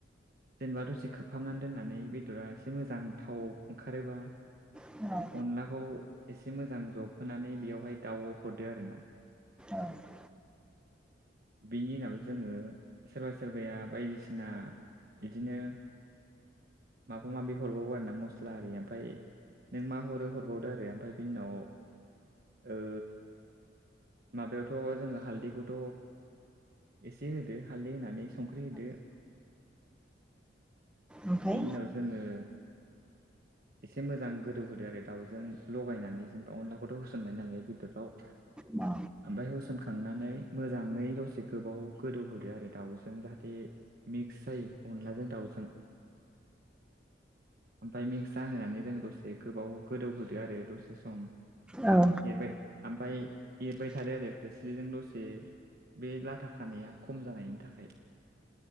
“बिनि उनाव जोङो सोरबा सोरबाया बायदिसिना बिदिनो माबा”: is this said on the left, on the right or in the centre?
Right